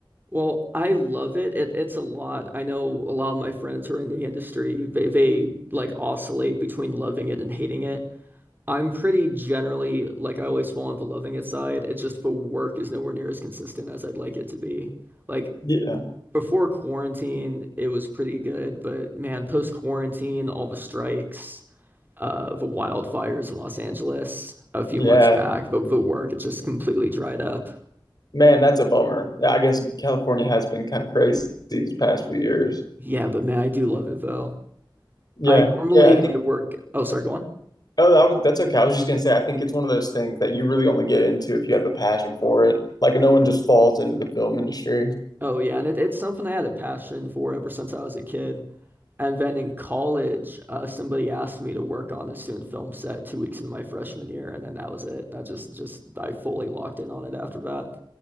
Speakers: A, on the right; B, on the left.
A: Well, I love it. It it's a lot. I know a lot of my friends who are in the industry, they they like oscillate between loving it and hating it. I'm pretty generally like I always fall on the loving it side. It's just the work is nowhere near as consistent as I'd like it to be. Like
B: Yeah,
A: Before quarantine, it was pretty good, but man, post quarantine, all the strikes, uh, the wildfires in Los Angeles a few
B: yeah.
A: months back, the, the work, it just completely dried up.
B: Man, that's a bummer. Yeah, I guess California has been kind of crazy these past few years.
A: Yeah, but man, I do love it though.
B: Yeah,
A: I normally
B: yeah. I think.
A: I work. Oh, sorry, go on.
B: Oh, that was, that's okay. I was just gonna say, I think it's one of those things that you really only get into if you have a passion for it. Like, no one just falls into the film industry.
A: Oh yeah, and it, it's something I had a passion for ever since I was a kid. And then in college, uh, somebody asked me to work on a student film set two weeks into my freshman year, and then that was it. That just just I fully locked in on it after that.